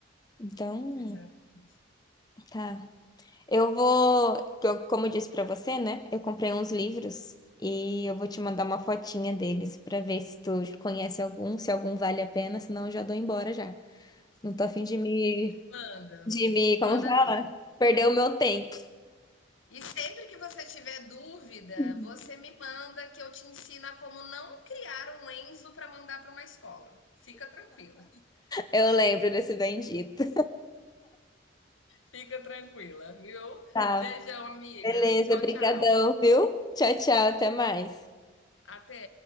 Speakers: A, on the left; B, on the left.
A: Então,
B: Exatamente.
A: tá. Eu vou, eu- como eu disse pra você, né? Eu comprei uns livros e eu vou te mandar uma fotinha deles pra ver se tu conhece algum, se algum vale a pena, senão eu já dou embora já. Não tô a fim de me,
B: Manda,
A: de me, como
B: manda
A: fala?
B: assim.
A: Perder o meu tempo.
B: E sempre que você tiver dúvida,
A: <laughs>
B: você me manda que eu te ensino a como não criar um Enzo para mandar para uma escola. Fica tranquila.
A: Eu lembro desse bendito.
B: Fica tranquila, viu?
A: Tá,
B: Beijão, amiga.
A: beleza,
B: Tchau,
A: brigadão,
B: tchau.
A: viu? Tchau, tchau, até mais.
B: Até.